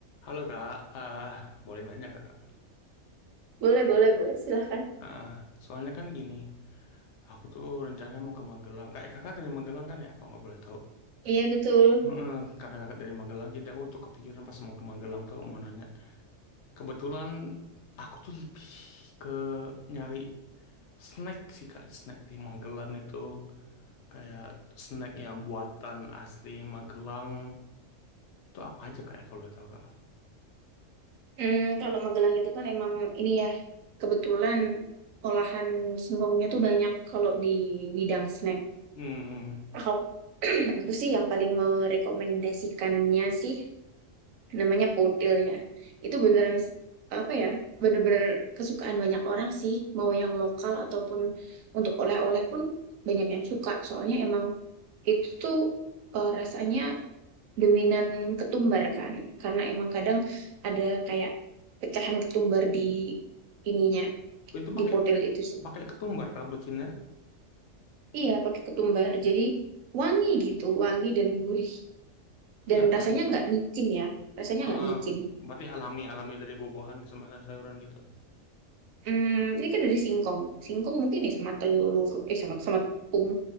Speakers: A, on the left; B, on the right.
A: Halo Kak, Ah, boleh nanya Kak? Kak?
B: Boleh, boleh, boleh. Silahkan.
A: Ah, soalnya kan gini, aku tuh rencananya mau ke Magelang. Kayak kakak dari Magelang kan ya, kalau nggak boleh tahu.
B: Iya, betul.
A: Heeh, karena kakak dari Magelang, jadi aku tuh kepikiran pas mau ke Magelang tuh mau nanya. Kebetulan aku tuh lebih ke nyari snack sih Kak, snack di Magelang itu. Kayak snack yang buatan asli Magelang. Itu apa aja Kak ya kalau boleh tahu Kak?
B: Hmm, kalau Magelang itu kan emang ini ya, kebetulan olahan singkongnya tuh banyak kalau di bidang snack.
A: Hmm,
B: Aku, <clears throat> aku sih yang paling merekomendasikannya sih namanya potil ya. Itu beneran s- apa ya, bener-bener kesukaan banyak orang sih. Mau yang lokal ataupun untuk oleh-oleh pun banyak yang suka. Soalnya emang itu tuh eh, rasanya dominan ketumbar kan karena emang kadang ada kayak pecahan ketumbar di ininya
A: itu pakai
B: di potel itu sendiri
A: pakai ketumbar Kak bikinnya?
B: iya pakai ketumbar jadi wangi gitu wangi dan gurih
A: Iya
B: dan
A: Kak.
B: rasanya nggak micin ya rasanya
A: Heeh.
B: nggak micin
A: Berarti alami-alami dari buah-buahan sama sayuran gitu.
B: hmm, ini kan dari singkong singkong mungkin ya sama telur eh sama sama tepung